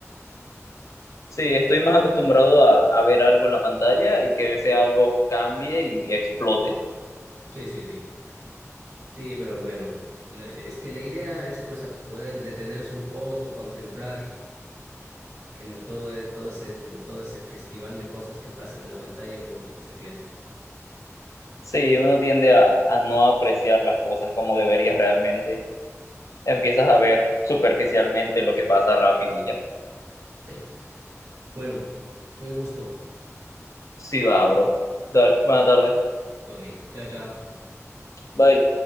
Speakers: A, on the left; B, on the right.
A: Sí, estoy más acostumbrado a, a ver algo en la pantalla y que ese algo cambie y explote.
B: Sí, sí, sí. Sí, pero bueno, la- es que la idea es pues a poder detenerse un poco, contemplar en todo, en todo ese, en todo ese festival de cosas que pasan en la pantalla, uno pues se pierde.
A: Sí, uno tiende a, a no apreciar las cosas como deberías realmente. Empiezas a ver superficialmente lo que pasa rápido y ya.
B: Sí, pues. Bueno, un gusto.
A: Sí, va, bro. Dale, buena tarde.
B: Ok, chao, chao.
A: Bye.